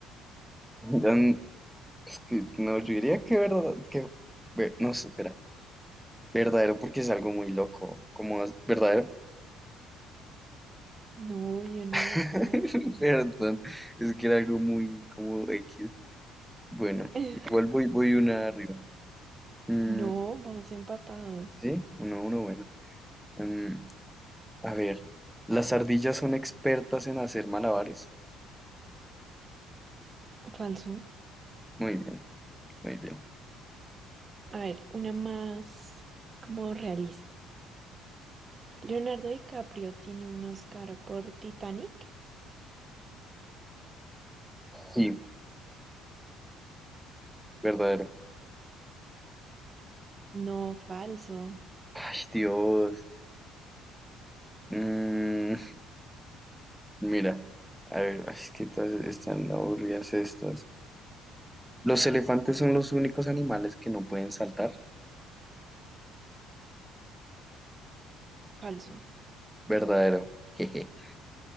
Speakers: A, in the centre; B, on the right.
A: dan- es que, no, yo diría que verdad, que, ve- no sé, espera. Verdadero porque es algo muy loco. Como as- verdadero.
B: No, yo no,
A: <laughs>
B: es falso.
A: Perdón, es que era algo muy como X. Bueno,
B: <laughs>
A: igual voy, voy una arriba. Mm,
B: No, vamos empatados.
A: sí, uno, uno, bueno. Mm, a ver, ¿las ardillas son expertas en hacer malabares?
B: Falso.
A: Muy bien, muy bien.
B: A ver, una más como realista. ¿Leonardo DiCaprio tiene un Oscar por Titanic?
A: Sí, verdadero.
B: No, falso,
A: Ay, Dios. Mm, mira, a ver, ay, es que todas están aburridas estas. ¿Los elefantes son los únicos animales que no pueden saltar?
B: falso.
A: Verdadero. Jeje.